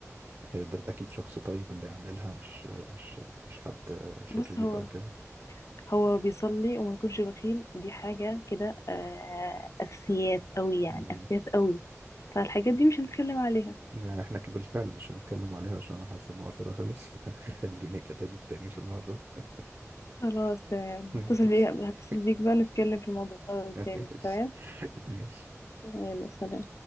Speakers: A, on the right (about 45°); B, on the left (about 65°).
A: آه، ده اكيد شخص طيب اللي يعملها مش مش مش حد آه، شرير
B: بص هو
A: او كده
B: هو بيصلي وما يكونش بخيل دي حاجة كده آه، أساسيات أوي يعني
A: مم.
B: أساسيات أوي فالحاجات دي مش هنتكلم عليها
A: يعني احنا ك- بالفعل مش هنتكلم عليها عشان انا حاسس ان وقتنا خلص <laughs> خليني اكلمك تاني في الموضوع ده
B: خلاص تمام
A: <laughs>
B: هتصل بيك هتصل بيك بقى نتكلم في الموضوع ده
A: ماشي
B: تاني تمام
A: ماشي ماشي
B: يلا سلام